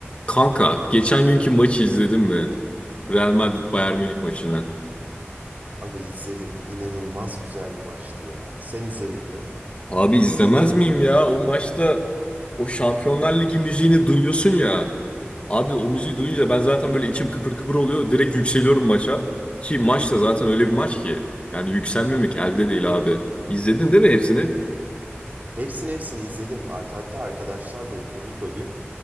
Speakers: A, on the left; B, on the right.
A: Kanka geçen günkü maçı izledin mi? Real Madrid Bayern Münih maçını.
B: Aga izledim. İnanılmaz güzel bir maçtı ya. Sen izledin mi?
A: Abi izlemez miyim ya? O maçta o Şampiyonlar Ligi müziğini duyuyorsun ya. Abi o müziği duyunca ben zaten böyle içim kıpır kıpır oluyor. Direkt yükseliyorum maça. Ki maç da zaten öyle bir maç ki. Yani yükselmemek elde değil abi. İzledin değil mi hepsini?
B: Hepsini hepsini izledim. Art hatta arkadaşlarla oturduk o gün.